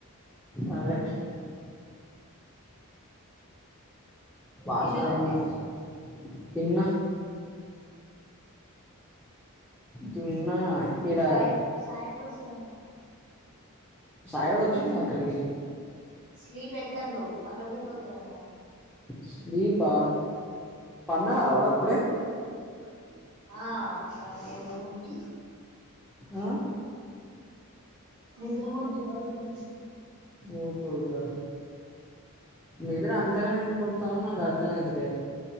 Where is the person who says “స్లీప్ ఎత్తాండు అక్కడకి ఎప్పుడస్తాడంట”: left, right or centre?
Right